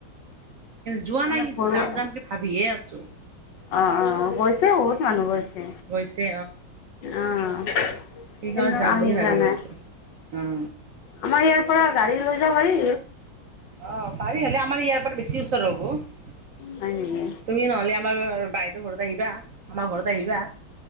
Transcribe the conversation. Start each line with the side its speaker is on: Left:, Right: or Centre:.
Right: যোৱা
Left: মানে
Right: নাই কিন্তু,
Left: ঘৰুৱা
Right: যাম যাম কে ভাবিহে আছো।
Left: অ', অ' গৈছে, বহুত মানুহ গৈছে,
Right: গৈছে
Left: অ'।
Right: সি
Left: কিন্তু
Right: ঘৰত যাম
Left: আমি
Right: বুলি ভাবি
Left: যোৱা নাই
Right: আছো, অ'।
Left: আমাৰ ইয়াৰ পৰা গাড়ী লৈ যাব পাৰি।
Right: অ', পাৰি হ'লে আমাৰ ইয়াৰ পৰা বেছি ওচৰ হ'ব।
Left: হয় নেকি?
Right: তুমি নহ'লে আমাৰ বাইদউ ঘৰত আহিবা, আমাৰ ঘৰত আহিবা,